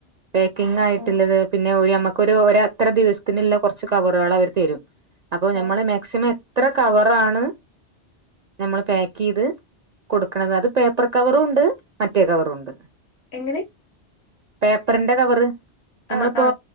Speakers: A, on the right; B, on the left.
A: പേക്കിങ് ആയിട്ടുള്ളത്
B: ആ
A: പിന്നെ <unintelligible> ഒരു ഒരു അത്ര ദിവസത്തിനുള്ള കുറച്ച് കവറുകൾ അവർ തരും അപ്പൊ ഞമ്മള്
B: ആ
A: മാക്സിമം എത്ര കവറാണ് നമ്മൾ പാക്ക് ചെയ്ത് കൊടുക്കണത് അത് പേപ്പർ കവറും ഉണ്ട് മറ്റേ കവറും ഉണ്ട്
B: എങ്ങനെ
A: പേപ്പറിന്റെ കവറ് നമ്മളിപ്പോ
B: ആ ആ